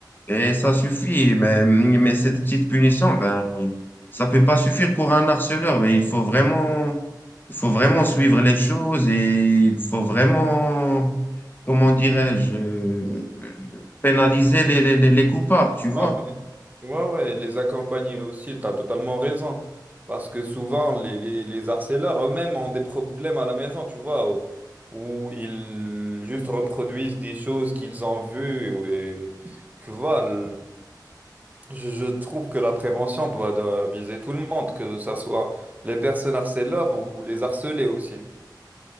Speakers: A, on the left; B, on the right.
A: et ça suffit. Mais, mais cette petite punition, ben, ça peut pas suffire pour un harceleur. Ben il faut vraiment, il faut vraiment suivre les choses et il faut vraiment, comment dirais-je, euh, pénaliser les, les, les les coupables, tu vois?
B: Ah ouais. Ouais, ouais, les accompagner aussi, tu as totalement raison. Parce que souvent, les, les, les harceleurs eux-mêmes ont des problèmes à la maison, tu vois, où, où ils juste reproduisent des choses qu'ils ont vues. Et, où- et, tu vois, le- je, je trouve que la prévention doit, doit viser tout le monde, que ça soit les personnes harceleurs ou les harcelés aussi.